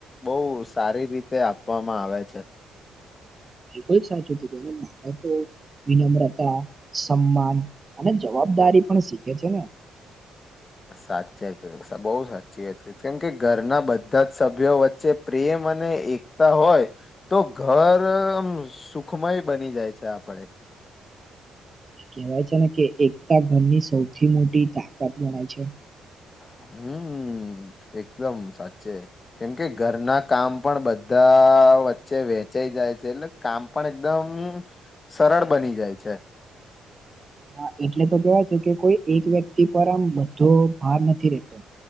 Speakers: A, on the left; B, on the right.
A: બહુ, સારી રીતે આપવામાં આવે છે.
B: બિલકુલ સાચું કીધું, માનતો વિનમ્રતા સન્માન અને જવાબ. જવાબદારી પણ શીખે છેને.
A: સાચે, કે <unintelligible> બહુ સાચી હતી, ને કેમ કે ઘરના બધા જ સભ્યો, વચ્ચે પ્રેમ અને એકતા હોય. તો ઘર આમ સુખમય બની જાય છે, આપડે
B: કહેવાય છેને, કે એકતા ઘરની સૌથી મોટી તાકાત ગણાય છે.
A: હમ્મ. એકદમ સાચે, કેમ કે ઘરના કામ પણ બધા વચ્ચે વેચાઈ વેચાઈ જાય છે, એટલે કામ પણ એકદમ સરળ બની જાય છે.
B: હા, એટલે તો કેવાય છે, કે કોઈ એક વ્યક્તિ પર આમ બધો ભાર નથી, રેતો